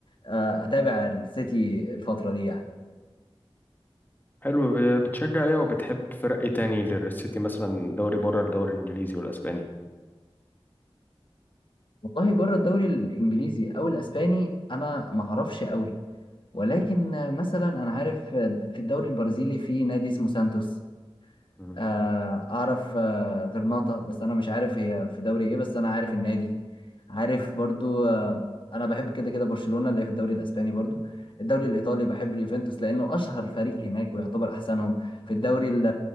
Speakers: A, on the left (about 55°); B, on the left (about 20°).
A: آه، اتابع السيتي الفترة دي يعني
B: حلو ب- بتشجع ايه وبتحب فرق ايه تاني غير السيتي مثلا دوري بره الدوري الانجليزي والاسباني
A: والله بره الدوري الانجليزي او الاسباني انا ما اعرفش قوي ولكن آه، مثلا انا عارف آه، في الدوري البرازيلي في نادي اسمه سانتوس
B: مم.
A: آه، اعرف آه، غرناطة بس انا مش عارف هي في دوري ايه بس انا عارف النادي عارف برضو آه، انا بحب كده كده برشلونة اللي هي في الدوري الاسباني برضو الدوري الايطالي بحب اليوفنتوس لانه اشهر فريق هناك ويعتبر احسنهم في الدوري ال-